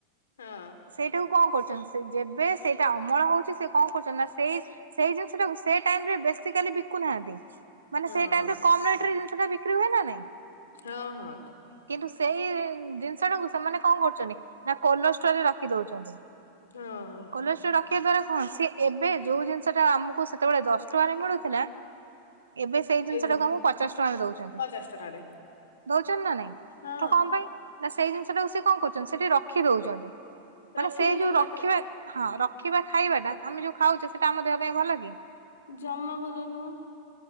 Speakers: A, on the left; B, on the right.
A: ହଁ
B: ସେଇଟାକୁ କଣ କରୁଚନ୍ତି ସେ ଯେବେ ସେଇଟା ଅମଳ ହଉଚି ସେ କଣ କରୁଚନ୍ତି ନା ସେଇ ସେଇ ଜିନିଷଟାକୁ ସେଇ ଟାଇମରେ ବେସିକାଲି ବିକୁନାହାନ୍ତି। ମାନେ
A: ହଁ।
B: ସେଇ ଟାଇମ୍ ରେ କମ୍ ରେଟ ରେ ଜିନିଷ ଟା ବିକ୍ରି ହୁଏ ନା ନାଇଁ?
A: ହଁ ହଁ।
B: କିନ୍ତୁ। ସେଇ ଜିନିଷ ଟାକୁ ସେମାନେ କଣ କରୁଛନ୍ତି ନା କୋଲଷ୍ଟୋରେ ରଖି ଦଉଛନ୍ତି।
A: ହଁ
B: କୋଲେଷ୍ଟ୍ରର ରଖିବା ଦ୍ଵାରା କଣ ସି ଏବେ ଯୋଉଁ ଜିନିଷ ଟା ଆମକୁ ସେତେବେଳେ ଦଶ ଟଙ୍କାରେ ମିଳୁଥିଲା। ଏବେ ସେଇ ଜିନିଷ
A: ଏଇ ଯୋଉ
B: ଟାକୁ ଆମକୁ ପଚାଶ ଟଙ୍କାକୁ ଦଉଛନ୍ତି।
A: ପଚାଶ ଟଙ୍କାରେ
B: ଦଉଛନ୍ତି ନା ନାଇଁ
A: ହଁ
B: ତ କଣ ପାଇଁ ନା ସେଇ ଜିନିଷ ଟାକୁ ସିଏ କଣ କରୁଛନ୍ତି ସେଠି ରଖିଦଉଛନ୍ତି। ମାନେ
A: ରଖିଦଉଛନ୍ତି
B: ସେଇ ଯୋଉଁ ରଖିବା
A: ତାପରେ
B: ହଁ ରଖିବା ଖାଇବା ଟା ଆମେ ଯୋଉଁ ଖାଉଛେ ସେଟା ଆମ ଦେହ ପାଇଁ ଭଲ କି?
A: ଜମା ଭଲ ନୁହଁ।